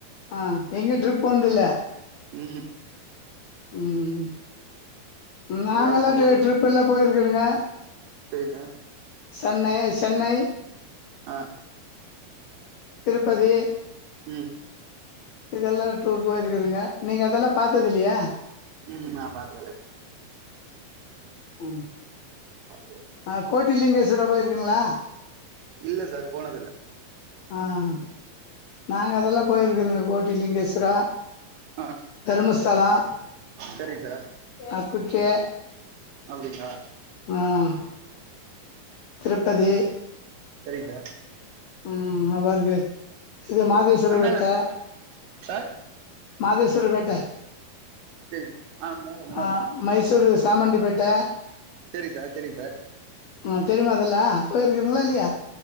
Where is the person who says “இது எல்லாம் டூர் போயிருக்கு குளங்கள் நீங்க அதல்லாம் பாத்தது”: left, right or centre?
Left